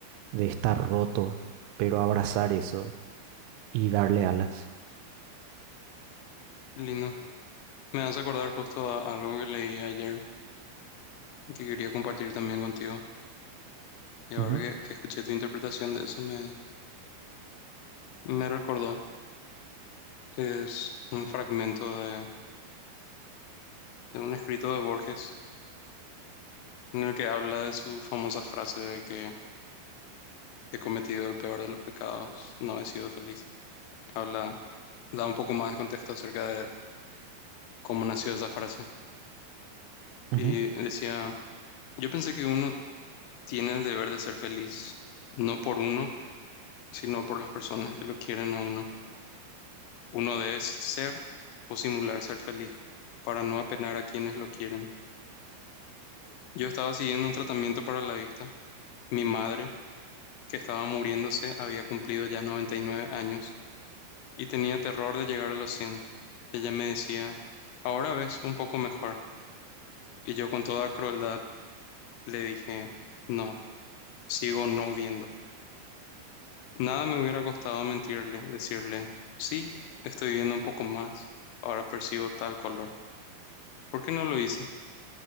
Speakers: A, on the right; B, on the left.
A: de estar roto, pero abrazar eso y darle alas.
B: Lindo. Me hace acordar justo a a algo que leí ayer y que quería compartir también contigo. Y ahora
A: Ujú,
B: que, que escuché tu interpretación de eso me, me recordó. Es un fragmento de, de un escrito de Borges en el que habla de su famosa frase de que he cometido el peor de los pecados, no he sido feliz. Habla, da un poco más de contexto acerca de cómo nació esa frase.
A: ujú.
B: Y decía... Yo pensé que uno tiene el deber de ser feliz, no por uno, sino por las personas que lo quieren a uno. Uno debe ser o simular ser feliz para no apenar a quienes lo quieren. Yo estaba siguiendo un tratamiento para la vista. Mi madre, que estaba muriéndose, había cumplido ya 99 años y tenía terror de llegar a los cien Ella me decía, ahora ves un poco mejor. Y yo con toda crueldad le dije, no, sigo no viendo. Nada me hubiera costado mentirle, decirle, sí, estoy viendo un poco más, ahora percibo tal color. ¿Por qué no lo hice?